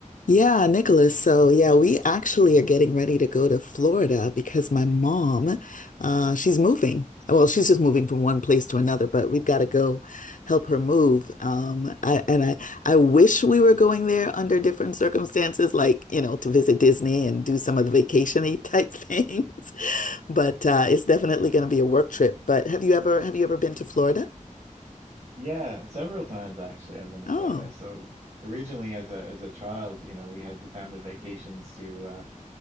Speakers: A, on the left (about 70°); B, on the right (about 55°).
A: Yeah, Nicholas. So, yeah, we actually are getting ready to go to Florida because my mom, uh, she's moving. Well, she's just moving from one place to another, but we've got to go help her move. Um, I, and I, I wish we were going there under different circumstances, like, you know, to visit Disney and do some of the vacation-y type <laughs> things. But uh, it's definitely going to be a work trip. But have you ever have you ever been
B: Mm.
A: to Florida?
B: Yeah, several times actually I've been to
A: Oh,
B: Florida. So originally as a as a child, you know, we had the family vacations to uh